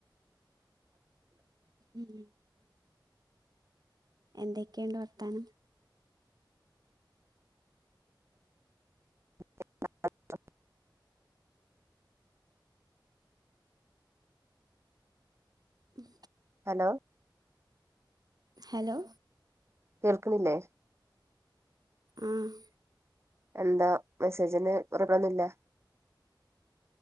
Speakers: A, on the right (about 55°); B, on the right (about 35°).
A: ഉം എന്തൊക്കെയുണ്ട് വർത്താനം?
B: <inaudible>
A: ഉം.
B: ഹലോ.
A: ഹലോ.
B: കേൾക്കണില്ലേ?
A: ആഹ്
B: എന്താ മെസ്സേജിന് <unintelligible>